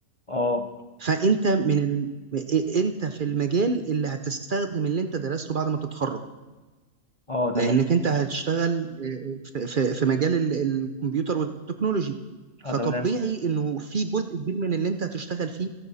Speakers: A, on the left; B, on the right.
A: اه
B: فانت من ال... إيه- انت في المجال اللي هتستخدم اللي انت درسته بعد ما تتخرج
A: اه تمام
B: لانك انت هتشتغل آه، آه، في في- في مجال ال- الكمبيوتر والتكنولوجي فطبيعي
A: اه تمام
B: انه في جزء كبير من اللي انت هتشتغل فيه